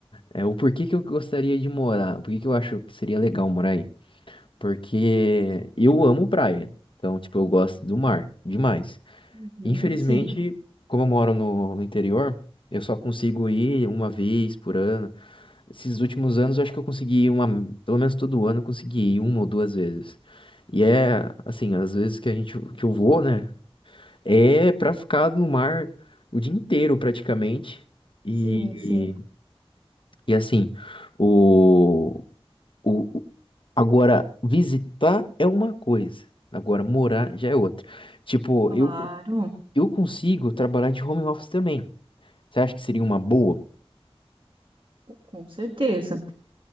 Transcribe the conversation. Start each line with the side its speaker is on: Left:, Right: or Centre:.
Left: é o porquê que eu gostaria de morar, por que que eu acho que seria legal morar aí. Porque eu amo praia, então, tipo, eu gosto do mar demais.
Right: Uhum,
Left: Infelizmente,
Right: Sim,
Left: como eu moro no, no interior, eu só consigo ir uma vez por ano. Esses últimos anos, eu acho que eu consegui ir uma, pelo menos todo ano, eu consegui ir uma ou duas vezes. E é assim, às vezes que a gente que eu vou, né? É pra ficar no mar o dia inteiro praticamente. E,
Right: sim, sim,
Left: e assim, o, o o- agora visitar é uma coisa, agora morar já é outra. Tipo,
Right: claro,
Left: eu eu consigo trabalhar de home office também. Você acha que seria uma boa?
Right: com certeza.